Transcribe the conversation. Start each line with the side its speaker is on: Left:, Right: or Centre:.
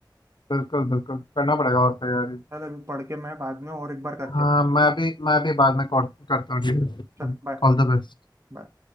Left: बिल्कुल बिल्कुल करना पड़ेगा और तैयारी
Right: चल अभी पढ़ के मैं बाद में और एक बार करते
Left: हाँ
Right: हैं
Left: मैं भी मैं भी बाद में कॉल करता हूँ ठीक
Right: चल
Left: है
Right: बाय
Left: All the best
Right: बाय।